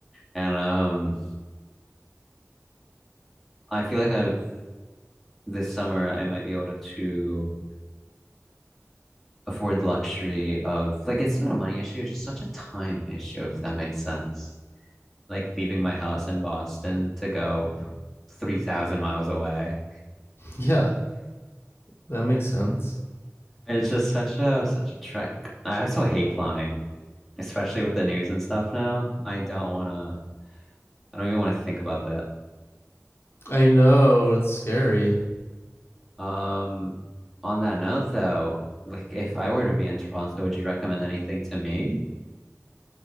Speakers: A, in the centre; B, on the left (about 50°).
A: And um, I feel like I've, this summer, I might be able to, to afford the luxury of, like, it's not a money issue. It's just such a time issue, if that makes sense. like leaving my house in Boston to go 3,000 miles away.
B: Yeah, that makes sense.
A: It's just such a such a trek. I also hate flying, especially with the news and stuff now. I don't want to I don't even want to think about that.
B: I know it's scary.
A: Um, on that note though, like if I were to be in Toronto, would you recommend anything to me?